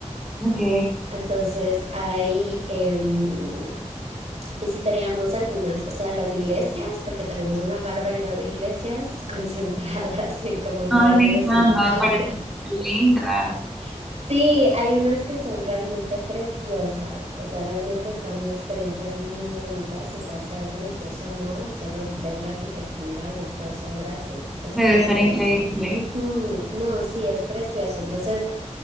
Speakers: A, in the centre; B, on the right.
A: ok.
B: Entonces, ahí em, visitaríamos algunas, o sea, las iglesias, porque tenemos una barbaridad de iglesias <laughs> concentradas en como un
A: Ay,
B: radio
A: me encanta,
B: de cinco cuadras.
A: me parece súper linda.
B: Sí, hay unas que son realmente preciosas, o sea, realmente son experiencias muy bonitas, o sea, seas religioso o no, solo ver la arquitectura de estas obras es, es
A: Debe
B: precioso.
A: ser increíble.
B: Ujú, No, sí, es precioso. Entonces,